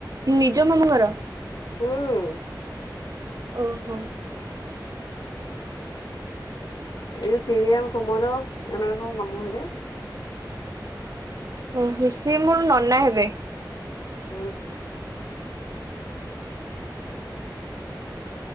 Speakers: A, on the right; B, on the left.
A: ନିଜ ମାମୁଁ ଘର?
B: ହୁଁ।
A: ଓହୋ।
B: ଏଇ ଯୋଉ ତିଳିଆ କୁମର ଏମାନେ ସବୁ ମାମୁଁ ହେବେ।
A: ଉଁ ହୁଁ ସେ ମୋର ନନା ହେବେ।
B: ହୁଁ।